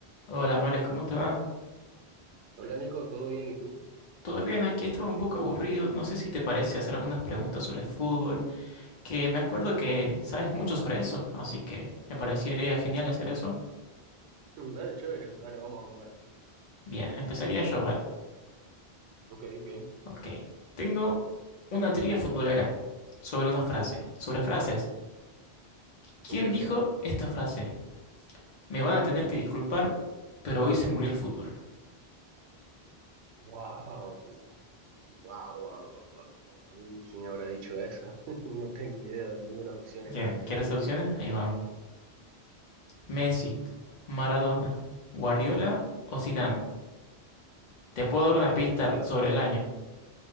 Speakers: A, on the left; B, on the right.
A: Hola Mario, ¿cómo te va?
B: Hola Nico, ¿todo bien? ¿Y tú? <laughs>
A: Todo bien, aquí estaba un poco aburrido. No sé si te parece hacer algunas preguntas sobre fútbol, que me acuerdo que sabes mucho sobre eso, así que me parecería genial hacer eso.
B: Mm, Dale, chévere, dale, vamos a jugar.
A: Bien, empezaría yo, ¿vale?
B: Ok, ok,
A: Ok. Tengo una trivia futbolera sobre una frase, sobre frases. ¿Quién
B: ok,
A: dijo
B: ok.
A: esta frase? Me van a tener que disculpar, pero hoy se murió el fútbol.
B: Wow, wow, wow, wow, wow, wow. wow. ¿Quién habrá dicho eso? <laughs> No tengo idea, dime unas opciones,
A: Bien,
B: a ver.
A: ¿quieres opciones? Ahí van. Messi, Maradona, Guardiola o Zidane. Te puedo dar
B: Eh,
A: una pista
B: Guardiola.
A: sobre el año.